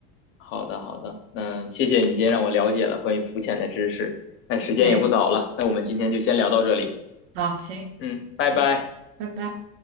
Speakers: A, on the left (about 40°); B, on the right (about 75°).
A: 好的，好的，那谢谢你今天让我了解了关于浮潜的知识。那时间也不早了，
B: 行，
A: 那我们今天就先聊到这里。
B: 好，行，
A: 嗯，拜拜。
B: 拜拜。